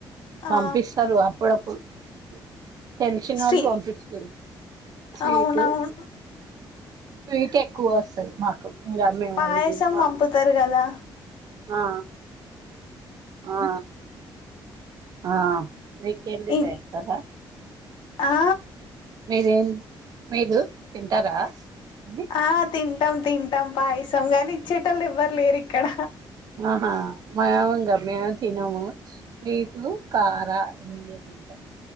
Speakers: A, on the right; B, on the left.
A: పంపిస్తారు
B: ఆ
A: అప్పుడప్పుడు. <unintelligible> తెలిసిన
B: శ్రీ
A: వాళ్ పంపిస్తరు స్వీటు,
B: అవునవును
A: స్వీట్ ఎక్కువొస్తది మాకు. ఇంగ మేము
B: పాయసం
A: అయి తినమా
B: పంపుతరు గదా.
A: ఆ ఆ ఆ మీకెల్లి
B: ఇం
A: పెడతారా.
B: ఆ
A: మీరేం మీరు తింటారా అండి
B: ఆ తిన్ టం తింటాం పాయసం గాని ఇచ్చేటోల్లు ఎవ్వరు లేరు ఇక్కడ
A: ఆహా మాయోమొంగ మేం తినము స్వీటు, కార ఇవె తింటం.